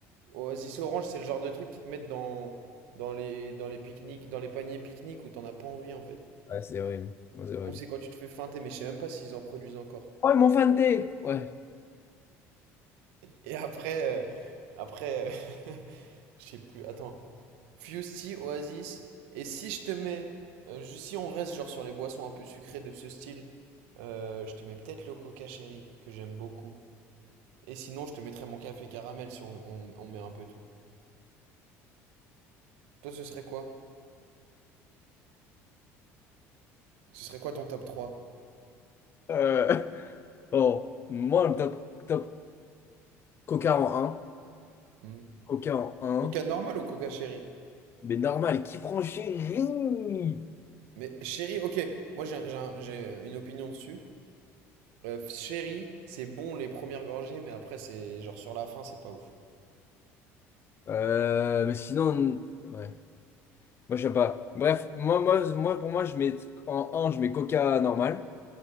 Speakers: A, on the right; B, on the left.
A: Oasis Orange, c'est le genre de truc qui te mettent dans, dans les, dans les pique-niques, dans les paniers pique-niques où t'en as pas envie en fait.
B: Ouais, c'est horrible. Ouais, c'est horrible.
A: Ou c'est quand tu te fais feinter, mais je sais même pas s'ils en produisent encore.
B: Oh, ils m'ont fanté! Ouais.
A: Et après. euh, Après. euh, <laughs> Je sais plus. Attends. Fusty, Oasis. Et si je te mets, euh, si on reste genre sur les boissons un peu sucrées de ce style, euh, je te mets peut-être le coca chéri, que j'aime beaucoup. Et sinon, je te mettrais mon café caramel si on, on- on met un peu tout. Toi, ce serait quoi? Ce serait quoi ton top trois
B: Euh, <laughs> bon, moi le top, top. Coca en un
A: Hmm
B: Coca en un
A: Coca normal ou coca chéri?
B: Mais normal, qui prend chéri?
A: Mais chéri, ok, moi j'ai j'ai un- j'ai une opinion dessus. Euh, chéri, c'est bon les premières gorgées, mais après, c'est genre sur la fin, c'est pas ouf.
B: Euh, mais sinon, ouais. Moi, j'aime pas. Bref, moi, moi, moi, pour moi, je mets en un je mets Coca normal.